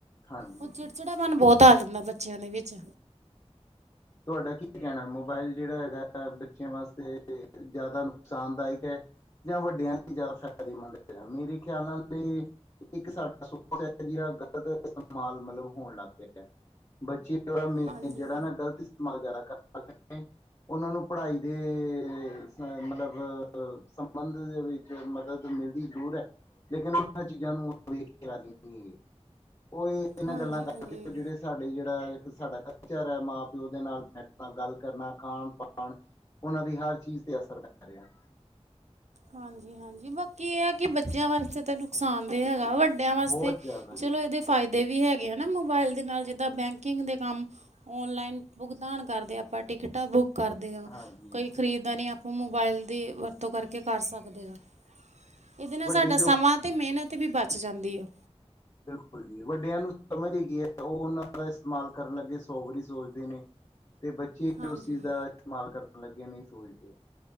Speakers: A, on the left (about 30°); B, on the right (about 85°).
A: ਹਾਂਜੀ
B: ਉਹ ਚਿੜਚਿੜਾਪਨ ਬਹੁਤ ਆ ਜਾਂਦਾ ਬੱਚਿਆਂ ਦੇ ਵਿੱਚ
A: ਤੁਹਾਡਾ ਕੀ ਕਹਿਣਾ ਮੋਬਾਇਲ ਜਿਹੜਾ ਹੈਗਾ ਹੈ, ਬੱਚਿਆਂ ਵਾਸਤੇ ਜ਼ਿਆਦਾ ਨੁਕਸਾਨਦਾਇਕ ਹੈ? ਜਾਂ ਵੱਡਿਆਂ ਲਈ ਜ਼ਿਆਦਾ ਫਾਇਦੇ ਮੰੰਦ ਹੈਗਾ, ਮੇਰੇ ਖਿਆਲ ਨਾਲ ਏ ਇੱਕ ਸਾਡਾ ਸੋਚ ਹੈ, ਜਿਹੜਾ ਗਲਤ ਇਸਤੇਮਾਲ ਮਤਲਬ ਹੋਣ ਲੱਗ ਪਿਆ ਹੈ ਬੱਚੇ ਮੇਨ
B: ਹਾਂਜੀ
A: ਜਿਹੜਾ ਨਾ ਗਲਤ ਕਮਾਲ ਜ਼ਿਆਦਾ ਕਰ ਸਕਦੇ ਨੇ ਉਹਨਾਂ ਨੂੰ ਪੜ੍ਹਾਈ ਦੇ ਅ ਮਤਲਬ ਸੰਬੰਧ ਦੇ ਵਿੱਚ ਮਦਦ ਮਿਲਦੀ ਜ਼ਰੂਰ ਹੈ, ਲੇਕਿਨ ਇਹ ਚੀਜ਼ਾਂ ਨੂੰ ਵੇਖ ਕੇ ਰਾਜੀ ਨੀ ਹੈਗੇ, ਉਹ ਇਹ ਇਹਨਾਂ
B: ਹਾਂਜੀ
A: ਗੱਲਾਂ ਕਰਕੇ
B: ਹਾਂਜੀ
A: ਜਿਹੜੇ ਸਾਡੇ ਜਿਹੜਾ ਇੱਕ ਸਾਡਾ ਕਲਚਰ ਹੈ ਮਾਂ ਪਿਓ ਦੇ ਨਾਲ ਬੈਠਣਾ, ਗੱਲ ਕਰਨਾ, ਖਾਣ-ਪਾਣ ਉਹਨਾਂ ਦੀ ਹਰ ਚੀਜ਼ ਤੇ ਅਸਰ ਪੈ ਰਿਹਾ।
B: ਹਾਂਜੀ, ਹਾਂਜੀ ਬਾਕੀ ਇਹ ਹੈ, ਕਿ ਬੱਚਿਆਂ ਵਾਸਤੇ ਤੁੈਨੂੰ ਨੁਕਸਾਨ ਦੇ ਹੈਗਾ, ਵੱਡਿਆਂ ਵਾਸਤੇ
A: ਬਹੁਤ ਜ਼ਿਆਦਾ
B: ਚਲੋ ਇਹਦੇ ਫਾਇਦੇ ਵੀ ਹੈਗੇ ਹੈਨਾ, ਮੋਬਾਇਲ ਦੇ ਨਾਲ ਜਿੱਦਾਂ ਬੈਂਕਿੰਗ ਦੇ ਕੰਮ ਔਨਲਾਈਨ ਭੁਗਤਾਨ ਕਰਦੇ ਆਪਾਂ ਟਿਕਟਾਂ ਬੁੱਕ ਕਰਦੇ ਆ
A: ਹਾਂਜੀ
B: ਕੋਈ ਖਰੀਦ ਦਾ, ਨੀ ਆਪਾਂ ਮੋਬਾਇਲ ਦੀ ਵਰਤੋਂ ਕਰਕੇ ਕੇ ਕਰ ਸਕਦੇ ਹਾਂ ਇਹਦੇ ਨਾਲ
A: ਵੱਡੇ
B: ਸਾਡਾ
A: ਜੋ
B: ਸਮਾਂ ਅਤੇ ਮਿਹਨਤ ਵੀ ਬਚ ਜਾਂਦੀ ਆ
A: ਜ ਵੱਡਿਆਂ ਨੂੰ ਸਮਝ ਹੈਗੀ ਹੈ, ਉਹ ਉਹਨਾਂ ਦਾ ਇਸਤੇਮਾਲ ਕਰਨ ਲੱਗੇ ਸੋਵਰੀ ਸੋਚਦੇ ਨੇ ਤੇ ਬੱਚੇ
B: ਹਾਂਜੀ
A: ਉਸ ਚੀਜ਼ ਦਾ ਇਸਤੇਮਾਲ ਕਰਨ ਲੱਗੇ ਨਹੀਂ ਸੋਚਦੇ